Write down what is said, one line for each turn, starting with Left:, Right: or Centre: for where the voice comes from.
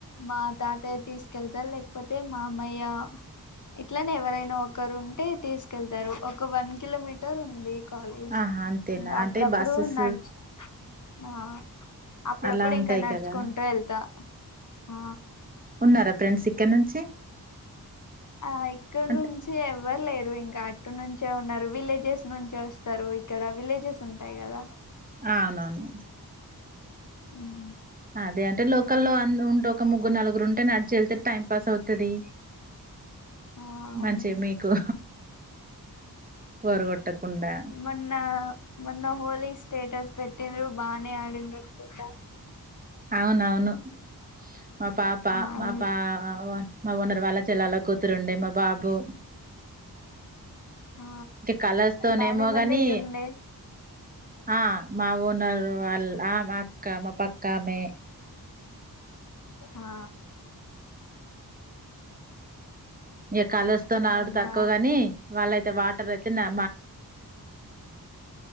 Left: మా తాతయ్య తీసుకెళ్తారు లేకపోతే మామ్మయ్య ఇట్లనే ఎవరైనా ఒకరుంటే తీసుకెళ్తారు ఒక వన్ కిలోమీటర్ ఉంది. కాలేజ్
Right: ఆహా అంతేనా
Left: ఇంకా అప్పుడప్పుడు
Right: అంటే బస్సెస్
Left: నచ్ ఆ అప్పుడప్పుడు
Right: అలా ఉంటాయి
Left: ఇంకా నడ్
Right: కదా
Left: చ్చుకుంటా వెళ్తా ఆ
Right: ఉన్నరా ఫ్రెండ్స్ ఇక్కడ నుంచి
Left: ఆ ఇక్కడ్
Right: అంటే
Left: నుంచి ఎవ్వరు లేరు ఇంకా ఇటు నుంచే ఉన్నారు విలేజెస్ నుంచి వస్తారు ఇక్కడ విలేజెస్ ఉంటాయి కదా
Right: అవునవును
Left: హ్మ్
Right: అదే అంటే లోకల్లో అంద్ ఉంట్ ఒక్ ఒక ముగ్గురు నలుగురు ఉంటే నడిచి వెళ్తే టైం పాస్ అవుతది
Left: ఆ అవును
Right: మంచిగా మీకు. బోరుగొట్టకుండా
Left: మొన్న మొన్న హోలీ స్టేటస్ పెట్టిండ్రు బానే ఆడిండ్రు అనుకుంట
Right: అవునవును మా పాప
Left: ఆ
Right: మా
Left: మీ
Right: పా మా ఓనర్ వాళ్ళ చెల్లల వాళ్ళ కూతురుండే మా బాబు.
Left: ఆ
Right: ఇంకా కలర్స్ తోనే
Left: బానే
Right: ఏమో
Left: మంది
Right: గాని
Left: ఉండే
Right: ఆ మా ఓనర్ వల్ ఆ అక్క మా పక్కమే
Left: ఆ
Right: ఇ కలస్త నా
Left: అవునా
Right: ఆడు తక్కువ గాని వాళ్ళయితే వాటర్ అయితే న